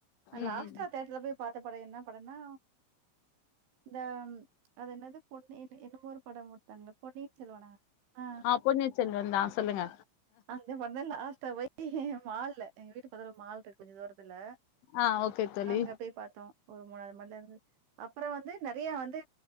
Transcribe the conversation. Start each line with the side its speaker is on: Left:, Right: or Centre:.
Left: ம்
Right: லாஸ்டா
Left: ம்
Right: தேட்டர்ல போய் பாத்த படம் என்னா படனா இந்த அது என்னது பொன்னி என்னமோரு படம் கொடுத்தாங்களே பொன்னீயின் செல்வனா ஆ
Left: ஆஹ் பொன்னியின் செல்வன் சொல்லுங்க
Right: அந்த படம் தான் லாஸ்ட்டா போய் மால்ல எங்க வீட்டு பக்கத்துல மால் கொஞ்ச தூரம் அதுல
Left: ஆ ஓகே தோழி
Right: அங்க போய் பார்த்தோம் ஒரு மூணாவது மாடிலே இருந்து அப்புறம் வந்து நிறைய வந்து